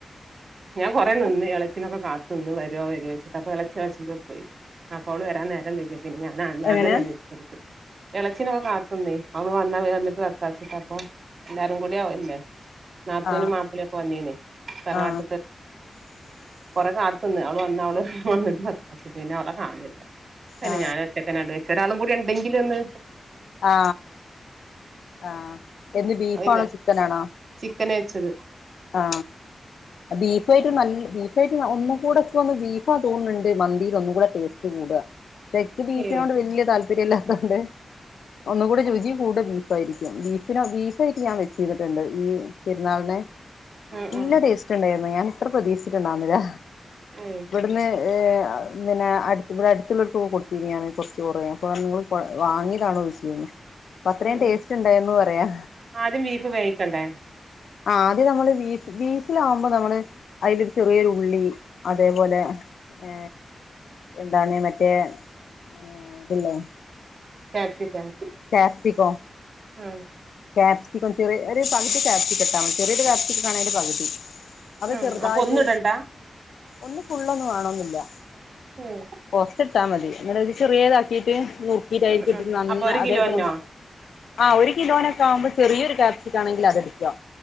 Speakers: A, on the right; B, on the left.
A: ഞാൻ കൊറേ നിന്ന് എള്ളചിനൊക്കെ കാത്ത് വരോ വരോ അപ്പോ എളച്ചി ഇളച്ചിൻറ്റോട്ക്ക് പോയി. അപ്പോൾ അവൾ വരാൻ നേരം വെയ്ക്ക പിന്നെ ഞാൻ നടന്നാണ്ടന്നെ
B: എങ്ങനെ
A: അണ്ട് എത്തിയ ഇളച്ചിനൊക്കെ കാത്ത് നിന്ന് അവൾ വന്ന വെക്ക വിചാരിച്ചി എല്ലാരും കൂടെ അല്ലേ നാത്തൂനും
B: ആ
A: മപ്പളീം ഒക്കെ വന്നിനി തറവാ
B: ആ
A: <inaudible> കൊറേ കാത്ത് നിന്ന് അവള് വന്നാ അവള് വന്നിട്ട് വെക്കാചാരിച്ചിട്ട് അവളെ കാണില്ല പിന്നെ
B: ആ
A: ഞാൻ ഒറ്റക്കാണ്ട് വെച്ച് ഒരാളും കൂടി ഉണ്ടങ്കിലൊന്ന്
B: ആ ആ ബീഫാണോ
A: അതന്നെ
B: ചിക്കാനാണോ
A: ചിക്കന് വെച്ചത്
B: ആ ബീഫായട്ടും നല്ല ബീഫാ ഒന്നുകൂടെ ഇൻക്ക് ബീഫാ തോന്ണ്ട് മന്തിയിൽ ഒന്നുകൂടെ ടെസ്റ്റ്‌ കൂടാ ക്ക് ബീഫിനോണ്ട്
A: ഏ
B: വല്ല്യ താൽപ്പ ല്ലാത്തോണ്ട് ഒന്നുകൂടി രുചി കൂടെ ബീഫായിരിക്കും ബീഫ് പിന്നെ ബീഫായിട്ട് ഞാൻ വെച്ചി ക്കെ ഒണ്ട് ഈ പെരുന്നാളിന് നല്ല
A: ഉം ഉം
B: ടേസ്റ്റുണ്ടായി ഞാൻ ഇത്ര പ്രതീക്ഷിച്ചിട്ടുണ്ടായിരുന്നില്ല
A: ഏ
B: ഇവ്ട്ന്ന് എ അ ഇങ്ങനെ അടുത്തു കൂടെ അടുത്ത്ള്ളോല്ക്ക് ഒക്കെ കൊട്ത്തീനി ഞാന് കൊറച്ച് ചോറ് അപ്പം പറഞ്ഞു ഇങ്ങള് വാങ്ങീതാണോ ചോയ്ച്ച് അപ്പ അത്രേം
A: ഉം
B: ടേസ്റ്റ്
A: ഉം
B: ഇണ്ടായിരുന്നു പറയാ
A: ആദ്യം ബീഫ് വേവിക്കണ്ടേ
B: ആ ആദ്യം നമ്മള് ബീഫ് ബീഫിലാവുമ്പോ നമ്മള് അയില് ചെറിയ ഒരു ഉള്ളി അതേപോലെ ഏ എന്താണ് മറ്റേ ഏ ഇതില്ലേ?
A: ക്യാപ്‌സിക്കം
B: ക്യാപ്സിക്കോ?
A: ഉം
B: ക്യാപ്‌സിക്കം ചെറിയ ഒര് പകുതി ക്യാപ്‌സിക്കം എടുത്താ മതി ചെറിയൊരു ക്യാപ്സിക്കാണേ അതിൻ്റെ ഒരു പകുതി അത്
A: ഉം
B: ചെറുതായിട്ട്
A: അപ്പൊ ഒന്നും ഇടണ്ട
B: ഒന്ന് ഫുള്ളൊന്നും വേണോന്നില്ല <unintelligible>
A: ഉം
B: ട്ടാമതി ഇങ്ങനെ ഒര് ചെറിയതാക്കീട്ട് നുറുക്കീട്ട് അയിലിക്കിട്ടിറ്റ്
A: ഉം ഉം
B: നന്നാ
A: അപ്പൊ ഒരു
B: അതേ
A: കിലോന്നോ
B: പോലെ മ ആ ഒരു കിലോനൊക്ക് ആവുമ്പം ഒരു ചെറിയ ക്യാപ്‌സിക്കാണെങ്കിൽ അതെടുക്കാ